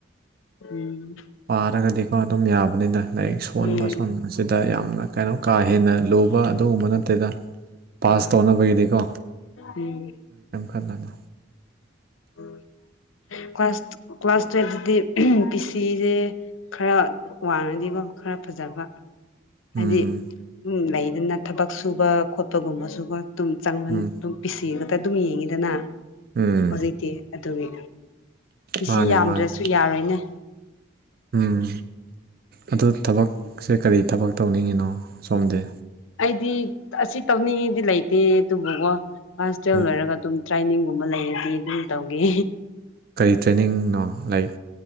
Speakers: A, on the left (about 85°); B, on the right (about 50°).
A: ꯎꯝ
B: ꯄꯥꯔꯒꯗꯤꯀꯣ ꯑꯗꯨꯝ ꯌꯥꯕꯅꯤꯅ ꯂꯥꯏꯔꯤꯛ ꯁꯣꯟꯕ
A: ꯎꯝ
B: ꯁꯣꯟꯕ ꯃꯁꯤꯗ ꯌꯥꯝꯅ ꯀꯩꯅꯣ ꯀꯥ ꯍꯦꯟꯅ ꯂꯨꯕ ꯑꯗꯨꯒꯨꯝꯕ ꯅꯠꯇꯦꯗ ꯄꯥꯁ
A: ꯍꯣꯏ
B: ꯇꯧꯅꯕꯒꯤꯗꯤꯀꯣ
A: ꯎꯝ
B: ꯀ ꯈꯜꯅꯨ
A: ꯎ ꯀꯋꯥꯁ <inaudible> ꯀ꯭ꯂꯥꯁ ꯇꯨꯌꯦꯜꯞꯇꯗꯤ ꯄꯤ ꯁꯤꯁꯦ ꯈꯔ ꯋꯥꯡꯉꯗꯤꯀꯣ ꯈꯔ ꯐꯖꯕ ꯍꯥꯏꯗꯤ
B: ꯎꯝ
A: ꯎ ꯂꯩꯗꯅ ꯊꯕꯛ ꯁꯨꯕ ꯈꯣꯠꯄꯒꯨꯝꯕꯁꯨ ꯑꯗꯨꯝ ꯆꯪꯃꯟ
B: ꯎꯝ
A: ꯑꯗꯨꯝ ꯄꯤꯁꯤꯒꯛꯇ ꯑꯗꯨꯝ ꯌꯦꯡꯉꯤꯗꯅ
B: ꯎꯝ
A: ꯍꯧꯖꯤꯛꯇꯤ ꯑꯗꯨꯒꯤ ꯄꯤꯁꯤ
B: ꯃꯥꯅꯦ
A: ꯌꯥꯝꯗ꯭ꯔꯁꯨ
B: ꯃꯥꯅꯦ
A: ꯌꯥꯔꯣꯏꯅꯦ
B: ꯎꯝ ꯑꯗꯨ ꯊꯕꯛꯁꯦ ꯀꯔꯤ ꯊꯕꯛ ꯇꯧꯅꯤꯡꯉꯤꯅꯣ ꯁꯣꯝꯗꯤ
A: ꯑꯩꯗꯤ ꯑꯁꯤ ꯇꯧꯅꯤꯡꯉꯤꯗꯤ ꯂꯩꯇꯦ ꯑꯗꯨꯕꯨꯀꯣ ꯍꯁꯇꯦꯜ
B: ꯎꯝ
A: ꯂꯣꯏꯔꯒ ꯑꯗꯨꯝ ꯇ꯭ꯔꯦꯅꯤꯡꯒꯨꯝꯕ ꯂꯩꯔꯗꯤ ꯑꯗꯨꯝ ꯇꯧꯒꯦ
B: ꯀꯔꯤ ꯇ꯭ꯔꯦꯅꯤꯡꯅꯣ ꯂꯥꯏꯛ